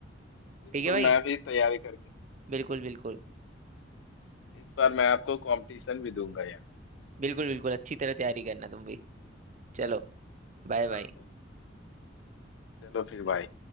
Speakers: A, on the left; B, on the right.
A: बिल्कुल
B: ठीक है भाई
A: मैं भी तैयारी करके
B: बिल्कुल बिल्कुल
A: इस बार मैं आपको कंपटीशन भी दूंगा यार
B: बिल्कुल बिल्कुल अच्छी तरह तैयारी करना तुम भी चलो बाय
A: हाँ
B: बाय
A: बिल्कुल। चलो फिर भाई